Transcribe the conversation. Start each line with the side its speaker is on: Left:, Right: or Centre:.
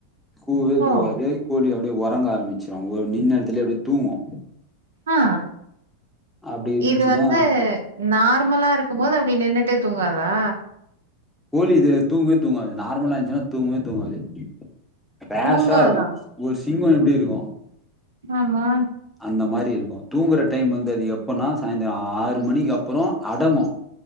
Centre: கூவவே
Right: ஓ
Centre: கூவாது கோழி அப்டியே ஒறங்க ஆரம்பிச் சிடு உ நின்ன எடத்துலயே அப்டியே தூங்கு
Right: அ
Centre: அப்டி இருந்துச்சுன்னா
Right: இது வந்து நார்மலா இருக்கும் போது அப்டியே நின்னுட்டே தூங்காதா
Centre: கோழி இது தூங்கவே தூங்காது நார்மலா இருன்ச்சுன்னா தூங்கவே தூங்காது க்ளாசா
Right: தூங்காதா
Centre: இருக்கு ஒரு சிங்கொ எப்டி இருக்கு
Right: ஆமா
Centre: அந்த மாரி இருக்கு தூங்குற டைம் வந்து அது எப்பனா சாய்ந்தர ஆறு மணிக்கு அப்பறோ அடங்கு